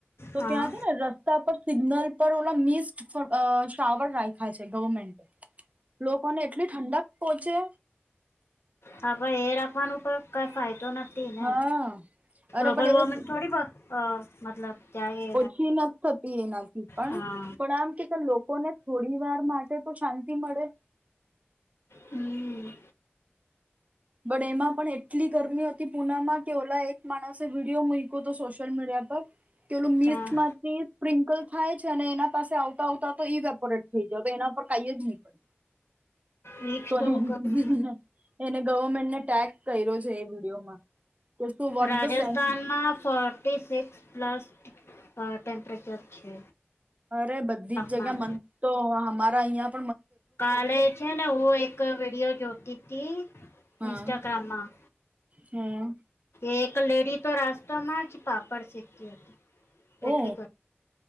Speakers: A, on the right; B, on the left.
A: તો
B: હા
A: ત્યાં છે ને રસ્તા પર સિગ્નલ ઉપર ઓલા મિ શાવર રાખાય છે, ગવર્મેન્ટએ. લોકોને એટલી ઠંડક પોહોંચે
B: હા, પણ એ રાખવાનું પણ કઈ ફાયદો નથી. ને
A: હા,
B: ગ્લોબલ
A: અરે પણ
B: વોર્મિંગ
A: એ
B: થોડી બ- અ, મતલબ ત્યાં એ
A: ઓછી નથી થતી એનાથી, પણ
B: હા
A: પણ આમ કે લોકોને થોડી વાર માટે તો શાંતિ મળે.
B: હમ્મ.
A: બટ એમાં પણ એટલી ગરમી હતી પુનામાં કે ઓલા એક માણસે વિડીયો મૂક હતું સોશિયલ મીડિયા પર. પેલું મીસ
B: ત્યાં
A: માંથી સ્પ્રિન્કલ થાયજ અને એના પાસે આવતા આવતા તો ઈ વેપોરેટ થઈ જ એના પર કઈ જ નહી પડ.
B: વીક
A: તો
B: તો ક-
A: એને મેંટ ને ટટેક્સ. કર્યો છે એ વિડીયોમાં. કે શું વોટ
B: રાજસ્થાનમાં
A: ધ સેન્સ
B: ફોર્ટી સિક્સ પ્લસ અ ટેમ્પરેચર છે.
A: અરે બધીજ
B: તાપમાન
A: જગ્યા મન તો અ અહીંયા.
B: કાલે છે ને હું એક વિડીયો જોતી હતી,
A: હા
B: ઇન્સ્ટાગ્રામમાં
A: હા
B: એક લેડી તો રાસ્તા માં જ પાપડ શેકતી હતી. એટલી
A: ઓ